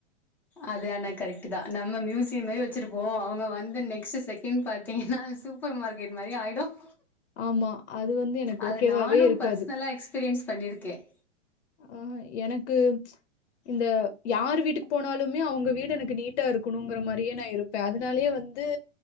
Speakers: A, in the centre; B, on the left (about 65°).
A: அது ஆனா கரெக்ட் தான் நம்ம மியூசியம் மாரி வச்சிருப்போம் அவங்க வந்து நெக்ஸ்ட் செகண்ட் பாத்தீங்கன்னா சூப்பர் மார்க்கெட் மாரி ஆயிடும்
B: ஆமா அது வந்து எனக்கு
A: அது
B: ஓகேவாவே
A: நானும்
B: இருக்காது
A: பர்சனலா எக்ஸ்பீரியன்ஸ் பண்ணியிருக்கேன்
B: ஆஹ் எனக்கு இந்த யார் வீட்டுக்கு போனாலுமே அவங்க வீடு எனக்கு நீட்டா இருக்கணுங்கிற மாரியே நான் இருப்பேன் அதனாலயே வந்து